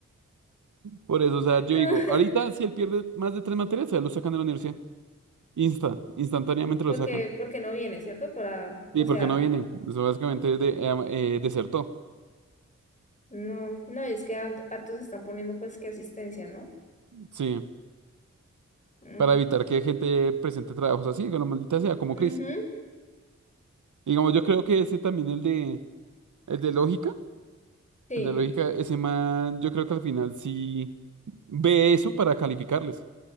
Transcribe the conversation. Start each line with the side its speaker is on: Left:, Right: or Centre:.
Right: Por eso, o sea, yo
Left: <laughs>
Right: digo, ahorita si él pierde más de tres materias, a él lo sacan de la universidad. Insta, instantáneamente
Left: Porque,
Right: lo sacan.
Left: porque no viene, ¿cierto? Para,
Right: sí
Left: o sea,
Right: porque no viene, eso básicamente es de, eh, eh, desertó.
Left: no, no, y es que hart- hartos están poniendo pues que asistencia, ¿no?
Right: Sí,
Left: Mm,
Right: para evitar que gente presente trabajos así, que lo maldita sea, como
Left: ujú,
Right: Chris. Digamos, yo creo que ese también, el de, el de lógica,
Left: sí.
Right: el de lógica, ese man, yo creo que al final sí ve eso para calificarles.